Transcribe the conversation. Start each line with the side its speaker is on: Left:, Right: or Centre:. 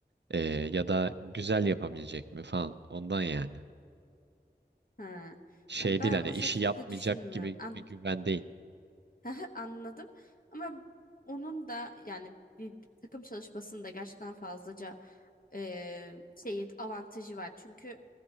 Right: e, ya da güzel yapabilecek mi falan ondan yani.
Left: Ha.
Right: Şey
Left: Ya ben
Right: değil hani
Left: o
Right: işi
Left: şekilde
Right: yapmayacak
Left: düşünmüyorum.
Right: gibi
Left: An
Right: bir güven değil.
Left: <laughs> anladım. Ama onun da yani bir, bir takım çalışmasında gerçekten fazlaca e, şey avantajı var. Çünkü